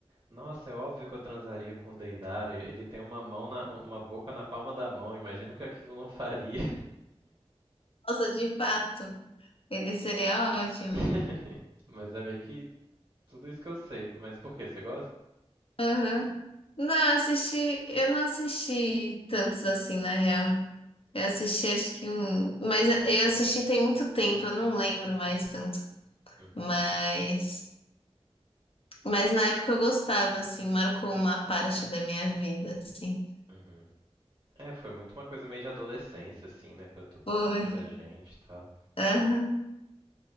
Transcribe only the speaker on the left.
Nossa, de fato. Ele seria ótimo.
Aham. Não, assisti, eu não assisti tantos assim, na real. Eu assisti acho que um, mas eu assisti tem muito tempo, eu não lembro mais tanto.
Mas, mas na época eu gostava, assim, marcou uma parte da minha vida, assim.
Foi.
Aham.